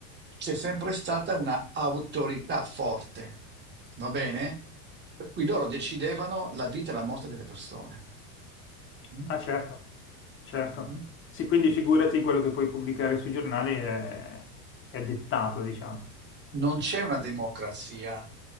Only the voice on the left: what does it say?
Ah, certo. Certo.
Sì, quindi figurati quello che puoi pubblicare sui giornali è, è dettato, diciamo.